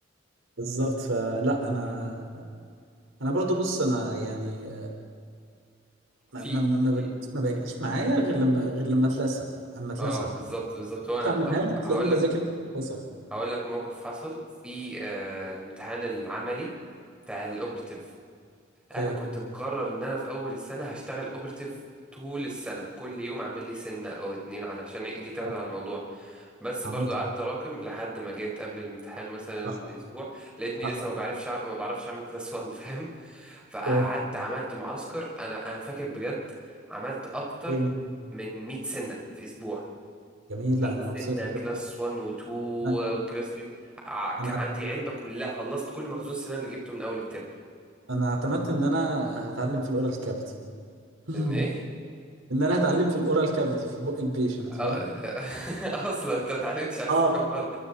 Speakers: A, on the right; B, in the centre.
A: بالظبط فلا انا انا برضو بص انا يعني ما
B: في
A: ما ما ما بجيش
B: في-
A: ما بيجيش معايا غير لما غير لما اتلسع اما اتلسع
B: اه بالظبط بالظبط وانا
A: تسعة منها
B: طب هقول
A: تلاقيني بذاكر
B: لك
A: كويس أوي
B: هقول لك موقف حصل في آه امتحان العملي بتاع الاوبرتيف انا
A: أوكي
B: كنت مقرر ان انا في اول السنه هشتغل اوبرتيف طول السنه كل يوم اعمل لي سنه او اتنين علشان ايدي تاخد
A: طيب،
B: على الموضوع بس
A: عملت
B: برضو قعدت
A: إيه؟
B: اراكم لحد ما جيت قبل الامتحان مثلا
A: صح
B: باسبوع لقيتني
A: صح
B: لسه ما بعرفش أع- ما بعرفش اعمل كلاس 1 <laughs> فاهم فقعدت
A: أوكي
B: عملت معسكر انا انا فاكر بجد عملت اكتر
A: إيه.
B: من 100 سنه في اسبوع
A: جميل
B: 100
A: لا أنا مبسوط
B: سنه كلاس
A: كده.
B: 1 و2 وكلاس
A: أنا
B: 3 ع- كان
A: أنا
B: عندي علبه كلها خلصت كل مخزون السنه اللي جبته من اول الترم
A: أنا اعتمدت إن أنا هتعلم في الأورال كافيتي <laughs>
B: لان ايه
A: إن أنا هتعلم في الأورال كافيتي في بق البيشنت فاهم
B: آه، <laughs> اصلا انت ما اتعلمتش على السنان
A: اه
B: بره